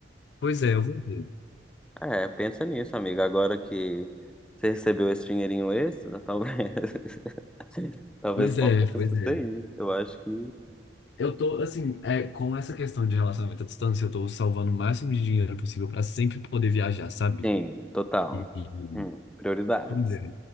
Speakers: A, on the left; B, in the centre.
A: Pois é, eu vou ver.
B: É, pensa nisso, amiga. Agora que você recebeu esse dinheirinho extra, talvez, <laughs> talvez
A: Pois
B: compense
A: é, pois
B: isso
A: é.
B: aí. Eu acho que
A: Eu tô, assim, é, com essa questão de relacionamento à distância, eu tô salvando o máximo de dinheiro possível pra sempre poder viajar, sabe?
B: sim, total.
A: E, e- e-
B: Hum, prioridades.
A: pois é.